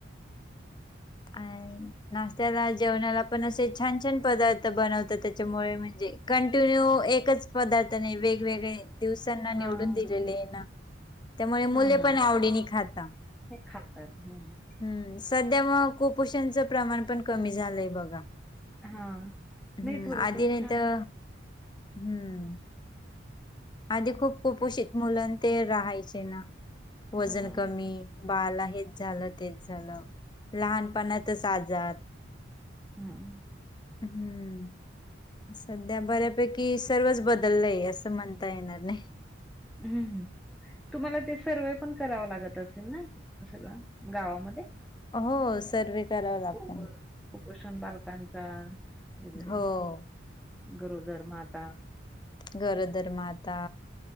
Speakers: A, on the left; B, in the centre.
A: एन नाष्टायाला जेवणाला पण असे छान छान पदार थ बनवत त्याच्यामुळे म्हणजे कंटिन्यू एकच पदार्थ नाही वेगवेगळे दिवसांना
B: हां,
A: निवडून दिलेले आहे ना त्यामुळे
B: हां,
A: मुले
B: हां.
A: पण आवडीनी खाता
B: ते खातात. हो ना.
A: हम्म सध्या मग कुपोषणचं प्रमाण पण कमी झालंय बघा
B: हां.
A: हम्,
B: नाही थोडंसं
A: म आधी नाही
B: छान
A: तर, हम्म आधी खूप कुपोषित मुलं ते राहायचे ना, वजन
B: हां.
A: कमी बाळला हेच झालं, तेच झालं लहानपणातच आजार
B: हम्
A: हम्म. सध्या बऱ्यापैकी सर्वच बदललंय असं म्हणता येणार नाही.
B: ह्, तुम्हाला ते सर्वे पण कराव लागत असेल ना? सगळं गावामध्ये?
A: हो सर्वे करावा लागतं
B: कुप
A: ना.
B: कुपोषण बालकांचा वगैरे
A: हो
B: गरोदर माता.
A: गरोदर माता